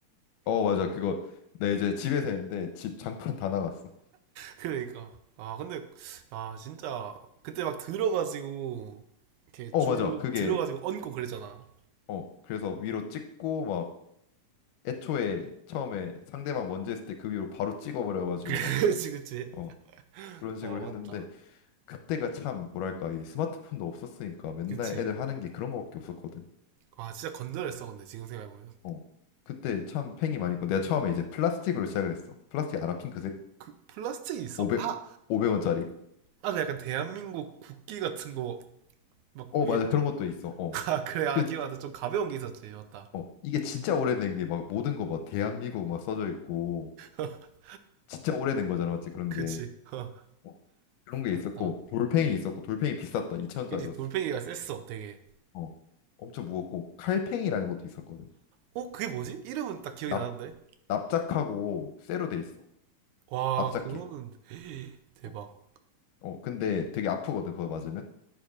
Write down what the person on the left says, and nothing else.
어, 맞아. 그거 내 이제 집에서 했는데 집 장판 다 나갔어.
어,
맞아. 그게
어, 그래서 위로 찍고 애초에 처음에 상대방 먼저 했을 때 그 위로 바로 찍어버려가지고
막
어, 그런 식으로
했는데 그때가 참 뭐랄까 이 스마트폰도 없었으니까 맨날
애들 하는 게 그런 거밖에 없었거든.
어. 그때 참 팽이 많이 있고 내가 처음에 이제 플라스틱으로 시작을 했어. 플라스틱 알아? 핑크색
500
500원짜리.
어
맞아 그런
것도 있어. 어.
그
어, 이게 진짜 오래된 게 막 모든 거 막 대한민국 막 써져 있고
진짜 오래된 거잖아 맞지 그런
게.
어. 그런 게
있었고 돌팽이 있었고 돌팽이 비쌌다 2천원짜리였어
어, 엄청 무겁고 칼팽이라는 것도 있었거든.
납
납작하고 쇠로 돼 있어.
납작해.
어, 어, 근데 되게 아프거든. 그거 맞으면.